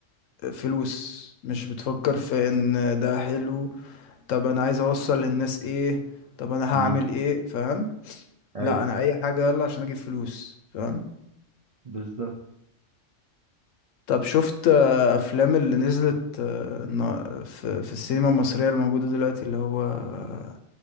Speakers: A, on the left; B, on the right.
A: آه، فلوس مش بتفكر في إن ده حلو طب انا عايز اوصل للناس ايه طب انا
B: امم
A: هعمل ايه فاهم
B: ايوه
A: لا انا اي حاجة يلا عشان اجيب فلوس فاهم
B: بالظبط
A: طب شفت آه، افلام اللي نزلت آه، النا- في في السينما المصرية الموجودة دلوقتي اللي هو آه،